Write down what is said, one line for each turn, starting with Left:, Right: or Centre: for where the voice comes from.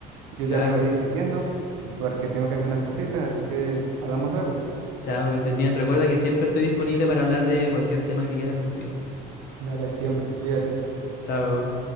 Right: Yo
Left: Claro.
Right: ya me voy despidiendo porque tengo que hacer unas cositas, así que hablamos luego.
Left: Chao, que estés bien. Recuerda que siempre estoy disponible para hablar de cualquier tema que quieras contigo.
Right: Dale, siempre, cuídate.
Left: Chao.